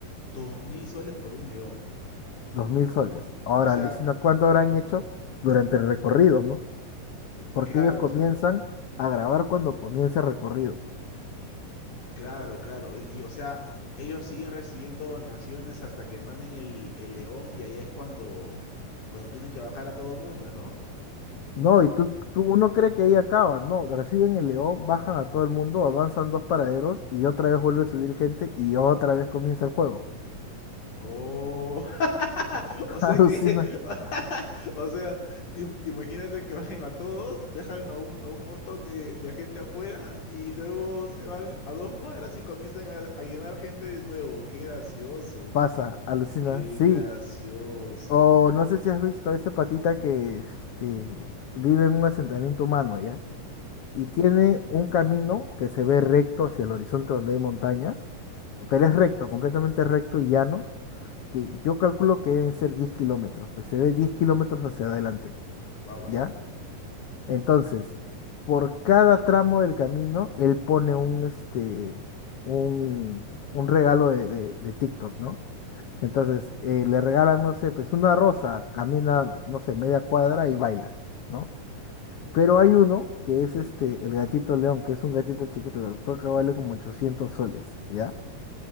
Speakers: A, on the left; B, on the left.
A: Dos mil soles por un león.
B: Dos mil soles. Ahora,
A: O sea,
B: alucina ¿cuánto habrán hecho durante el recorrido, no? Porque
A: claro,
B: ellos comienzan
A: o sea,
B: a grabar cuando comienza el recorrido.
A: claro, claro. E, Y o sea, ellos siguen recibiendo donaciones hasta que manden el, el león y ahí es cuando, cuando tienen que bajar a todo mundo, ¿no?
B: No, y tú, tú, uno cree que ahí acaba. No, reciben el león, bajan a todo el mundo, avanzan dos paraderos y otra vez vuelve a subir gente y otra vez comienza el juego.
A: Oh, <laughs>
B: <laughs>
A: o sea
B: Alucina,
A: que, <laughs> o sea, im- imagínate que bajen a todos, dejan a un, a un montón de, de gente afuera y luego se van a dos cuadras y comienzan a, a llenar gente de nuevo. Qué gracioso,
B: pasa, alucina,
A: qué
B: sí.
A: gracioso.
B: O no sé si has visto a esa patita que este, vive en un asentamiento humano, ¿ya? Y tiene un camino que se ve recto hacia el horizonte donde hay montañas, pero es recto, completamente recto y llano, que yo calculo que deben ser 10 kilómetros, pues se ve 10 kilómetros hacia adelante,
A: Wow, bastante.
B: ¿ya? Entonces, por cada tramo del camino, él pone un, este, un, un regalo de, de de TikTok, ¿no? Entonces, eh, le regalan, no sé, pues una rosa, camina, no sé, media cuadra y baila, ¿no? Pero hay uno que es este, el gatito león, que es un gatito chiquito, que creo que vale como 800 soles, ¿ya?